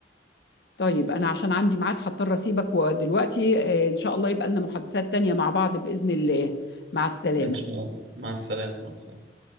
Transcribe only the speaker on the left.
طيب انا عشان عندي ميعاد هضطر اسيبك ودلوقتي آه، ان شاء الله يبقى لنا محادثات تانية مع بعض باذن الله مع السلامه